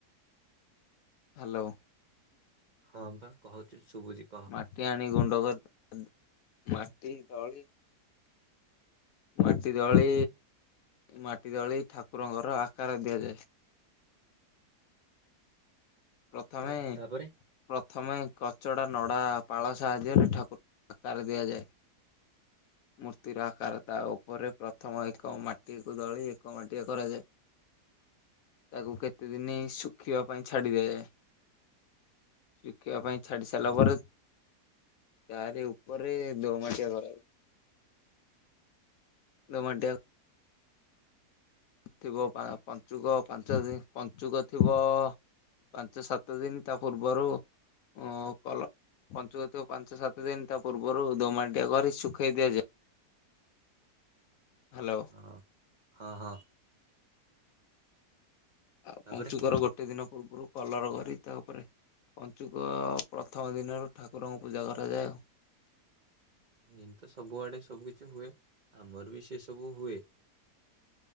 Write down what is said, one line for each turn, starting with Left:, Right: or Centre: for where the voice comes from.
Left: ହାଲୋ
Right: ହଁ ପା କହୁଚି, ଶୁଭୁଚି।
Left: ମାଟି ଆଣି ଗୁଣ୍ଡ କରି, ମାଟି ଦଳି ମାଟି ଦଳି, ମାଟି ଦଳି ଠାକୁରଙ୍କର ଆକାର ଦିଆଯାଏ। ପ୍ରଥମେ
Right: ତା ତାପରେ
Left: ପ୍ରଥମେ କଚଡ଼ା ନଡ଼ା ପାଳ ସାହାଯ୍ୟରେ ଠାକୁର ଆକାର ଦିଆଯାଏ।
Right: <inaudible>
Left: ମୂର୍ତ୍ତିର ଆକାର, ତା ଉପରେ ପ୍ରଥମ ଏକ ମାଟିକୁ ଦଳି ଏକ ମାଟିଆ କରାଯାଏ।
Right: <inaudible>
Left: ତାକୁ କେତେ ଦିନି ଶୁଖିବା ପାଇଁ ଛାଡି ଦେବେ। ଶୁଖିବା ପାଇଁ ଛାଡି ସାରିଲା
Right: ହଁ
Left: ପରେ, ତାରି ଉପରେ ଦୋ ମାଟିଆ କରାଯାଏ। ଦୋମାଟିଆ ଥିବ, ପଞ୍ଚୁକ ପାଞ୍ଚ ଦିନ, ପଞ୍ଚୁକ ଥିବ ପାଞ୍ଚ ସାତ ଦିନି ତା ପୂର୍ବରୁ ଓ କଲ, ପଂଛୁକ ଥିବ ପାଞ୍ଚ ସାତ ଦିନି ତା ପୂର୍ବରୁ, ଦୋ ମାଟିଆ କରି ଶୁଖେଇ ଦିଆଯାଏ। ହାଲୋ।
Right: ହଁ ହଁ ହଁ।
Left: ଆଉ
Right: ତାପରେ
Left: ପଞ୍ଚୁକର ଗୋଟେ ଦିନ ପୂର୍ବରୁ କଲର କରି ତାପରେ ପଞ୍ଚୁକ ପ୍ରଥମ ଦିନରୁ, ଠାକୁରଙ୍କୁ ପୂଜା କରାଯାଏ ଆଉ।
Right: ଏମତି ତ ସବୁଆଡେ ସବୁ କିିଛି ହୁଏ, ଆମ ଆଡେ ବି ସେ ସବୁ ହୁଏ।